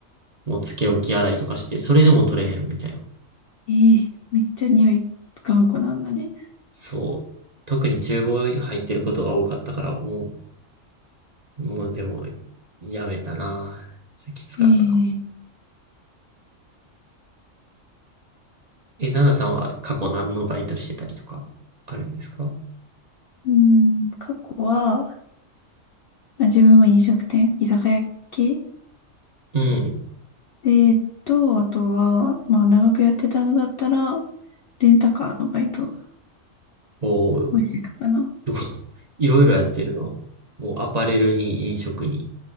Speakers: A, on the right; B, on the left.
A: もうつけ置き洗いとかしてそれでも取れへんみたいな。
B: えー、めっちゃ匂い頑固なんだね。
A: そう。特に厨房入ってることが多かったからもうもうでも、やめたな。それきつかったかも。
B: えー、
A: え、ナナさんは過去何のバイトしてたりとか、あるんですか
B: うん、過去は、まあ、自分は飲食店、居酒屋系
A: うん。
B: で、えっと、あとは、まあ、長くやってたのだったら、レンタカーのバイト
A: おお、すごい。
B: をしてたかな。
A: <laughs> いろいろやってるの。もうアパレルに飲食に、